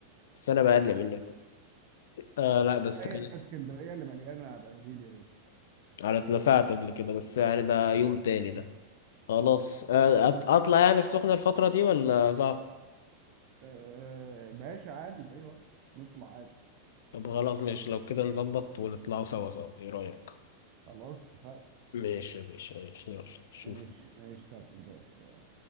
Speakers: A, on the left; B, on the right.
A: بس انا بقلل منك آه لا بس
B: هي
A: كانت
B: اسكندريه اللي مليانه بناديل يا باشا
A: انا اتلسعت قبل كده بس يعني ده يوم تاني ده خلاص آه أط- اطلع يعني السخنة الفترة دي ولا صعب
B: آه باشا عادي في اي وقت نطلع عادي
A: طب خلاص ماشي لو كده نظبط ونطلعوا سوا سوا ايه رأيك
B: خلاص اتفقنا
A: ماشي ماشي ماشي، يلا شوف
B: ماشي ماشي سهل الباشا